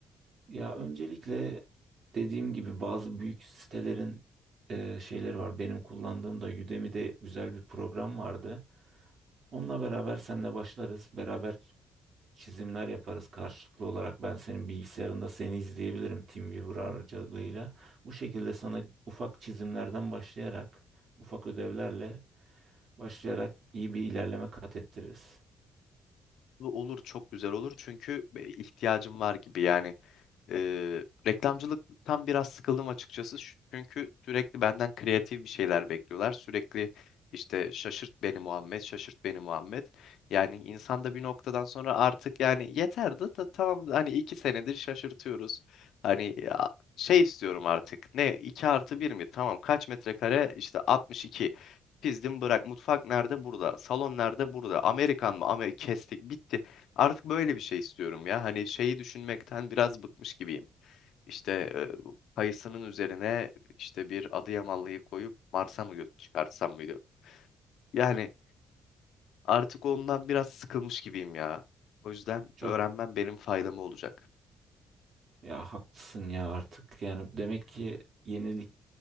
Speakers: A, on the right (about 55°); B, on the left (about 75°).
A: Ya öncelikle dediğim gibi bazı büyük sitelerin e, şeyleri var. Benim kullandığım da Udemy'de güzel bir program vardı. Onunla beraber senle başlarız. Beraber çizimler yaparız karşılıklı olarak ben senin bilgisayarında seni izleyebilirim TeamViewer aracılığıyla. Bu şekilde sana ufak çizimlerden başlayarak, ufak ödevlerle başlayarak iyi bir ilerleme kat ettiririz.
B: Bu Olur çok güzel olur çünkü e, ihtiyacım var gibi yani Ee, reklamcılıktan biraz sıkıldım açıkçası. Çünkü sürekli benden kreatif bir şeyler bekliyorlar. Sürekli işte şaşırt beni Muhammed, şaşırt beni Muhammed. Yani insan da bir noktadan sonra artık yani yeterdi da tamam hani iki senedir şaşırtıyoruz. Hani ya, şey istiyorum artık. Ne iki artı bir mi? Tamam kaç metrekare? İşte altmış iki Pizdim bırak. Mutfak nerede? Burada. Salon nerede? Burada. Amerikan mı? Ama kestik. Bitti. Artık böyle bir şey istiyorum ya. Hani şeyi düşünmekten biraz bıkmış gibiyim. İşte e, kayısının üzerine işte bir Adıyamanlıyı koyup Mars'a mı göt çıkartsam mıydı? Yani artık ondan biraz sıkılmış gibiyim ya. O yüzden
A: Çok
B: öğrenmem benim faydama olacak.
A: ya haklısın ya artık yani demek ki yenilik